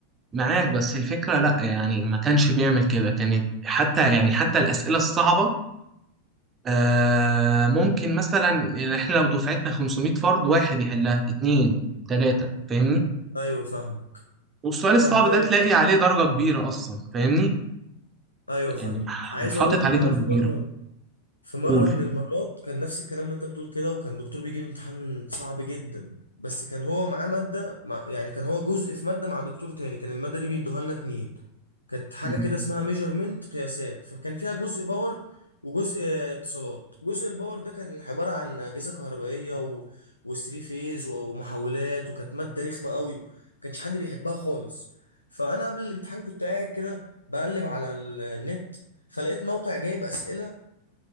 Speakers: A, on the right; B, on the left.
A: معاك بس الفكرة لا يعني ما كانش بيعمل كده كانت حتى
B: مم.
A: يعني حتى الأسئلة الصعبة آه ممكن مثلا يعني احنا لو دفعتنا 500 فرد واحد يحلها اتنين تلاتة فاهمني
B: ايوه فاهمك
A: والسؤال الصعب
B: طب
A: ده تلاقي
B: آه،
A: عليه درجة كبيرة أصلا فاهمني
B: ايوه
A: يعني
B: فاهمك عايز
A: حاطط
B: اقول لك
A: عليه
B: ان
A: درجة
B: انا في
A: كبيرة
B: مره في مرة
A: قول
B: من المرات كان نفس الكلام ما انت بتقول كده وكان دكتور بيجيب امتحان صعب جدا بس كان هو معاه مادة مع يعني كان هو جزء في مادة مع دكتور تاني كان المادة دي بيدوها لنا اتنين كانت حاجة
A: مم.
B: كده اسمها ميجرمنت قياسات فكان فيها جزء باور وجزء اتصالات جزء الباور ده كان عبارة عن أجهزة كهربائية و... وثري فيز ومحولات وكانت مادة رخمة قوي ما كانش حد بيحبها خالص فأنا قبل الامتحان كنت قاعد كده بقلب على النت فلقيت موقع جايب أسئلة